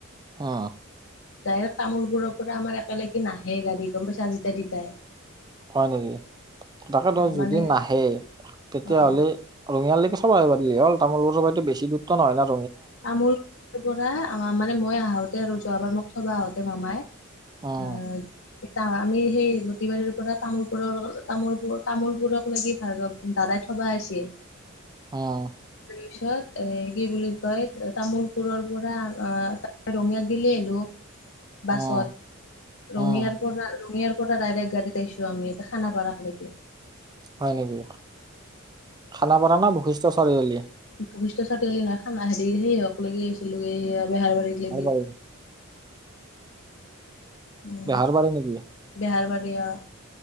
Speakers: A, on the right; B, on the left.
A: অ',
B: ডাইৰেক্ট তামোলপোৰৰ পৰা আমাৰ একেলগে নাহে গাড়ী গম পাইছা যেতিয়া তেতিয়াই।
A: হয় নেকি, তাকেতো যদি
B: মানে
A: নাহে, তেতিয়াহলে
B: অ',
A: ৰঙিয়ালৈ <unintelligible> হল তামোলপুৰৰ পৰা দি বেছি দূৰত্ব নহয় ন।
B: তামোলপুৰৰ পৰা আহ মানে মই আহোতে আৰু যোৱা বাৰ মোক থবা আহোতে মামাই অ',
A: উম
B: এ আমি সেই লতিবাৰীৰ পৰা তামোলপুৰৰ তামোল তামোলবোৰক লাগি ভ বাই থবা আছে।
A: অ',
B: পিছত এ কি বুলি কয় তামোলপুৰৰ পৰা আহ ৰঙিয়াক গিলি আহিলো। বাছত,
A: উম উম
B: ৰঙিয়াৰ পৰা ৰঙি পৰা ডাইৰেক্ট গাড়ীত আহিছো আমি এতে খানাপাৰাত লৈকে।
A: হয় নেকি, খানাপাৰা না বৈশিষ্ট‌ চাৰিআলি?
B: বশিষ্ট চাৰিআালি নহয় খানা হেৰি সিহক লৈকি আহিছিলো এই বেহাৰবাৰীত
A: বেহাৰবাৰী
B: লৈকে। উম
A: বেহাৰবাৰী নেকি?
B: বেহাৰবাৰী অ',